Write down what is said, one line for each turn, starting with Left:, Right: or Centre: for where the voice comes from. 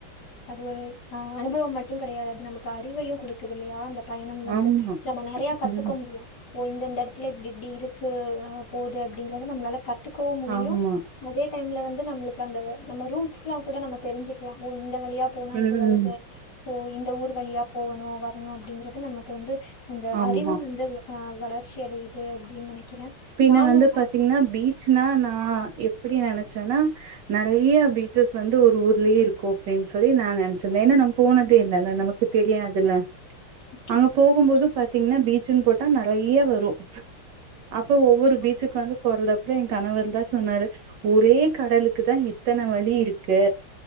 Left: அது ஒரு அ அனுபவம் மட்டு கடையாது அது நமக் கு அறிவையு குடுக்குது இல்லையா அந்த பயணம் வந்து
Right: ஆமா
Left: நம்ப நறைய கத்துக்க
Right: ம்
Left: முடியு ஓ இந்தந்த எடத்துல இப்டி இப்டி இருக்கு அ போது அப்டிங்கறத நம்ளால கத்துக்கவும் முடியு
Right: ஆமா
Left: அதே டைம்ல வந்து நம்ளுக்கு அந்த நம்ம ரூட்ஸ்லா கூட நம்ம தெரிஞ்சிக்லா ஓ இந்த வழியா போனா
Right: ம்
Left: இது வருது சோ இந்த ஊர் வழியா போவணு வரணு அப்டிங்கறது நமக்கு வந்து அந்த
Right: ஆமா
Left: அறிவு வந்து அ வளர்ச்சி அடையுது அப்டின் நெனைக்கிற
Right: பின்ன
Left: நானு
Right: வந்து பாத்தீங்கன்னா பீச்னா நா எப்டி நெனச்சன்னா நறைய பீச்சஸ் வந்து ஒரு ஊர்லேயே இருக்கு அப்டின் சொல்லி நா நனைச்சிருந்தே ஏனா நம்ம போனதே இல்லல்ல நமக்கு தெரியாதுல
Left: ஓகே.
Right: அங்க போகும்போது பாத்தீங்கன்னா பீச்சுன்னு போட்டா நறைய வரு அப்ப ஒவ்வொரு
Left: ஆமா
Right: பீச்சுக்கு வந்து போறதுடத்துல எ கணவரு தா சொன்னாரு ஒரே கடலுக்கு தா இத்தன வழி இருக்கு